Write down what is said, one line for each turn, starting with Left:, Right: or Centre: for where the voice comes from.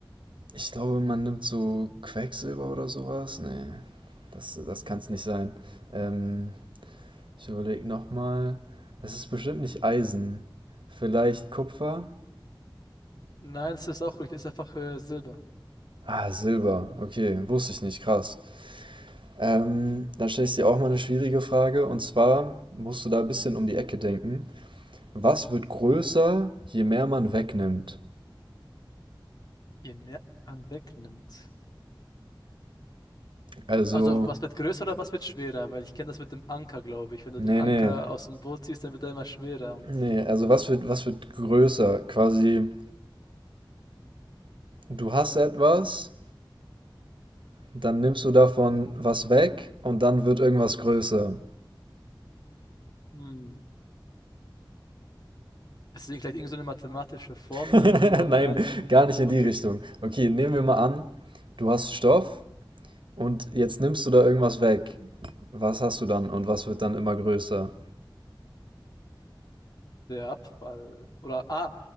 Right: ich glaube, man nimmt so Quecksilber oder sowas. Nee, das, das kann es nicht sein. Ähm, ich überlege nochmal. Es ist bestimmt nicht Eisen. Vielleicht Kupfer?
Left: Nein, das ist auch richtig. Das ist einfach äh, Silber.
Right: Ah, Silber. Okay, wusste ich nicht. Krass. Ähm, dann stelle ich dir auch mal eine schwierige Frage. Und zwar musst du da ein bisschen um die Ecke denken. Was wird größer, je mehr man wegnimmt?
Left: Je mehr man wegnimmt,
Right: Also,
Left: Also was wird größer oder was wird schwerer? Weil ich kenne das mit dem Anker, glaube ich. Wenn du
Right: nee,
Left: den Anker
Right: nee.
Left: aus dem Boot ziehst, dann wird er immer schwerer. Und
Right: Ne, also was wird was wird größer? Quasi, du hast etwas, dann nimmst du davon was weg und dann wird irgendwas größer.
Left: hm, ist es vielleicht irgend so eine mathematische Formel,
Right: <laughs> Nein,
Left: wo man dann,
Right: gar nicht in
Left: okay,
Right: die Richtung. Okay, nehmen wir mal an, du hast Stoff und jetzt nimmst du da irgendwas weg. Was hast du dann und was wird dann immer größer?
Left: der Abfall oder ah,